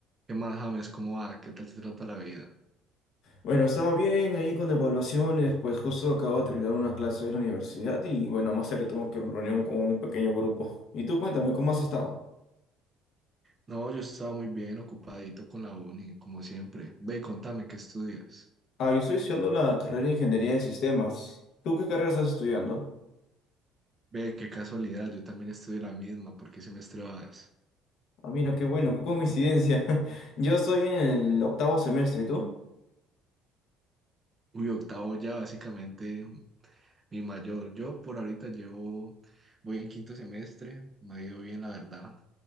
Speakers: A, on the right; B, on the left.
A: ¿Qué más, James? ¿Cómo va? ¿Qué tal te trata la vida?
B: Bueno, estaba bien ahí con evaluaciones, pues justo acabo de terminar una clase de la universidad y bueno, más tarde tuve que una reunión con un pequeño grupo. Y tú cuéntame, ¿cómo has estado?
A: No, yo estaba muy bien, ocupadito con la uni, como siempre. Ve, contame, ¿qué estudias?
B: Ah, yo estoy estudiando la carrera de Ingeniería de Sistemas. ¿Tú qué carrera estás estudiando?
A: Ve, qué casualidad, yo también estudio la misma, ¿por qué semestre vas?
B: Ah, mira, qué bueno, qué coincidencia. <laughs> Yo estoy en el octavo semestre, ¿y tú?
A: Uy, octavo ya, básicamente mi mayor. Yo por ahorita llevo, voy en quinto semestre, me ha ido bien, la verdad.